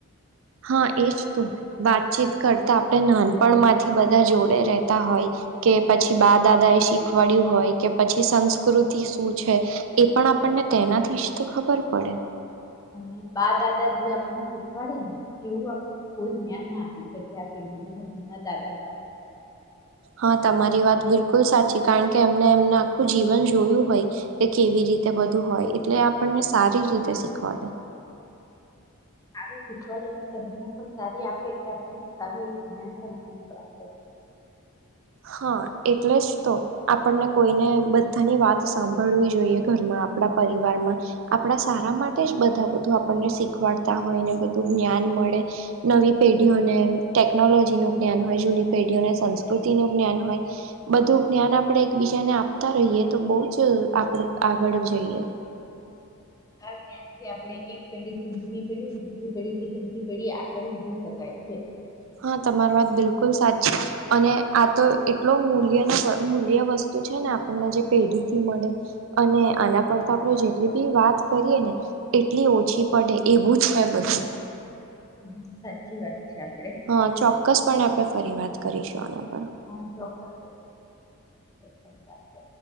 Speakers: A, on the right (about 60°); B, on the left (about 15°).
A: હા એજ તો વાતચીત કરતા આપણે નાનપણમાંથી બધા જોડે રહેતા હોય કે પછી બા દાદા એ શીખવાડ્યું હોય કે પછી સંસ્કૃતિ શું છે એ પણ આપણને તેનાથી જ તો ખબર પડે
B: અને બા દાદા જે આપણને શીખવાડે ને એવું આપણને કોઈ જ્ઞાન ના આપી શકે આ પેઢીઓમાં જૂના દાદા બાઓ
A: હા તમારી વાત બિલકુલ સાચી કારણ કે એમને એમના આખું જીવન જોયું હોય કે કેવી રીતે બધું હોય એટલે આપણને સારી રીતે શીખવાડે
B: સારું શીખવાડે અને સમજણ પણ સારી આપે એટલે આપણને સારું એવું જ્ઞાન પણ આપણને પ્રાપ્ત
A: હા એટલે જ તો આપણને કોઈને બધાની વાત સાંભળવી જોઈએ ઘરમાં આપણા પરિવારમાં આપણા સારા માટે જ બધા બધું આપણને શીખવાડતા હોય ને બધું જ્ઞાન મળે નવી પેઢીઓને ટેકનોલોજીનું જ્ઞાન હોય જૂની પેઢીઓને સંસ્કૃતિનું જ્ઞાન હોય બધું જ્ઞાન આપણે એકબીજાને આપતા રહીએ તો બહુ જ આપણે આગળ જઈએ
B: આ જ્ઞાનથી આપણે એક પેઢી થી બીજી પેઢી ને બીજી પેઢી થી ત્રીજી પેઢી આગળ વધી શકાય છે.
A: હા તમારી વાત બિલકુલ સાચી. અને આ તો એટલો મૂલ્યનો મૂલ્ય વસ્તુ છે ને આપણને જે પેઢીથી મળે. અને આના પર તો આપણે જેટલી બી વાત કરીએ ને એટલી ઓછી પડે એવું જ છે બધું.
B: હમ સાચી વાત છે આપડે.
A: હા ચોક્કસપણે આપણે ફરી વાત કરીશું આના પર.
B: હા ચોક્કસ સાથે પણ વાત કર